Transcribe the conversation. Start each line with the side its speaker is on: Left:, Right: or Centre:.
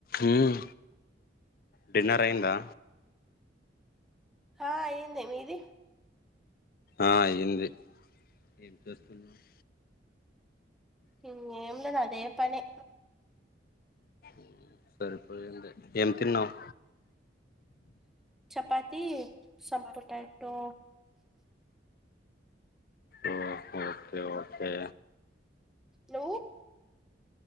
Left: మ్ dinner అయిందా
Centre: హా అయిందా మీది
Left: ఆ అయింది ఏం చేస్తున్నవ్
Centre: ఇంగేం లేదు అదే పని
Left: ఊ సరిపోయింది ఏం తిన్నావ్.
Centre: Chapati some potato.
Left: ఓ ఓకే ఓకే ఓకే
Centre: నువ్వు